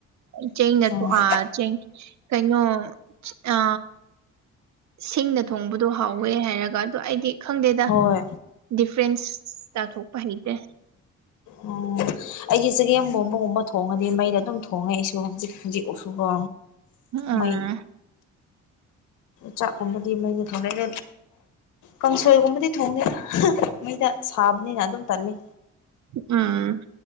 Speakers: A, on the right (about 65°); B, on the left (about 80°).
A: ꯆꯦꯡꯅ
B: ꯎꯝ
A: ꯊꯥ ꯀꯩꯅꯩꯅꯣ ꯑ ꯁꯤꯡꯅ ꯊꯣꯡꯕꯗꯣ ꯍꯥꯎꯋꯦ ꯍꯥꯏꯔꯒ ꯑꯗꯣ ꯑꯩꯗꯤ ꯈꯪꯗꯦꯗ
B: ꯍꯣꯏ
A: ꯗꯤꯐ꯭ꯔꯦꯟꯁ ꯇꯥꯊꯣꯛꯄ ꯍꯩꯇꯦ
B: ꯑꯣ ꯑꯩꯒꯤ ꯆꯒꯦꯝꯒꯣꯝꯕꯒꯨꯝꯕ ꯊꯣꯡꯉꯗꯤ ꯃꯩꯗ ꯑꯗꯨꯝ ꯊꯣꯡꯉꯦ ꯑꯩꯁꯨ ꯍꯧꯖꯤꯛ ꯖꯤꯛ ꯎꯁꯨꯕ
A: ꯎꯝ
B: ꯃꯩ ꯆꯥꯛꯀꯨꯝꯕꯗꯤ ꯃꯩꯗꯤ ꯊꯅ ꯍꯦꯟ ꯀꯥꯡꯁꯣꯏꯒꯨꯝꯕꯗꯤ ꯊꯣꯡꯅꯤꯦꯅ ꯃꯩꯗ ꯁꯥꯕꯅꯤꯅ ꯑꯗꯨꯝ ꯇꯜꯂꯤ
A: ꯑꯝ